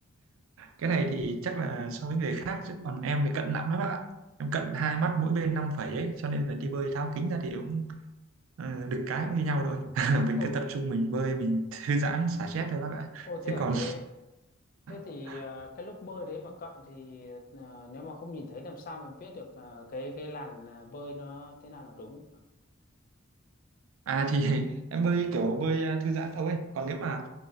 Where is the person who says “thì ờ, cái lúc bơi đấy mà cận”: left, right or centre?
Left